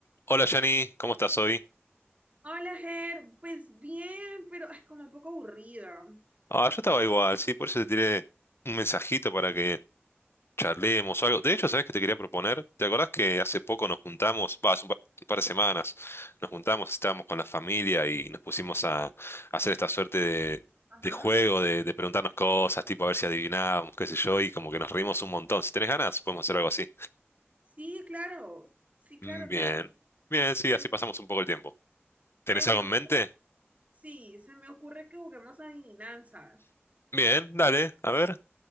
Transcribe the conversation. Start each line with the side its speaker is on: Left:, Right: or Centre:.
Left: Hola Yanni, ¿cómo estás hoy?
Right: Hola, Ger. Pues bien, pero es como un poco aburrida.
Left: Ah, yo estaba igual, sí, por eso te tiré un mensajito para que charlemos o algo. De hecho, sabes qué te quería proponer? ¿Te acordás que hace poco nos juntamos, va, hace un par, un par de semanas, nos juntamos, estábamos con la familia y nos pusimos a, a hacer esta suerte de,
Right: Ajá.
Left: de juego, de, de preguntarnos cosas, tipo a ver si adivinábamos, qué sé yo, y como que nos reímos un montón. Si tenés ganas, podemos hacer algo así.
Right: Sí, claro. Sí,
Left: Mm,
Right: claro,
Left: Bien,
Right: claro.
Left: bien, sí,
Right: Se,
Left: así pasamos un poco el tiempo. ¿Tenés
Right: se me
Left: algo en
Right: ocurre,
Left: mente?
Right: sí, se me ocurre que juguemos adivinanzas.
Left: Bien, dale, a ver.